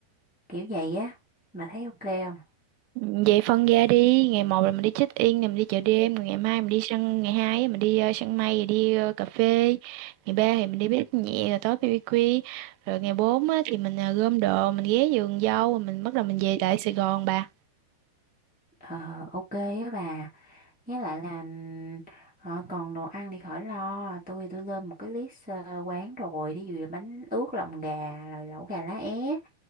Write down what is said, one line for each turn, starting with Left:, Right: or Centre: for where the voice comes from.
Centre: kiểu vậy á. Bà thấy ok không?
Right: Ừ, vậy phân ra đi ngày một là mình đi check in rồi mình đi chợ đêm rồi ngày mai mình đi săn ngày hai á, mình đi ờ, săn mây rồi đi ờ, cà phê ngày ba thì mình đi bếp nhẹ rồi tối BBQ rồi ngày bốn á, thì mình ờ, gom đồ mình ghé vườn dâu rồi mình bắt đầu mình về lại Sài Gòn bà
Centre: Ờ, ok á bà. Với lại là ừm, ờ, còn đồ ăn thì khỏi lo. Tôi tôi lên một cái list ờ, quán rồi. Thí dụ là bánh ướt lòng gà, rồi lẩu gà lá é,